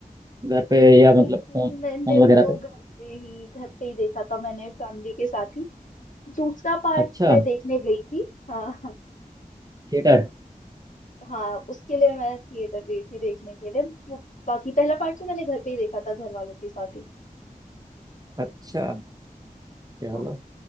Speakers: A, on the right; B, on the left.
A: घर पे
B: नहीं
A: या मतलब फोन फोन
B: मैंने
A: वगैरह
B: तो
A: पे
B: घर पे ही घर पे ही देखा था मैंने फैमिली के साथ ही दूसरा पार्ट
A: अच्छा
B: मैं देखने गई थी हाँ हाँ।
A: थिएटर
B: हाँ उसके लिए मैं थिएटर गई थी देखने के लिए वो बाकी पहला पार्ट तो मैंने घर पे ही देखा था घर वालों के साथ ही
A: अच्छा चलो
B: हाँ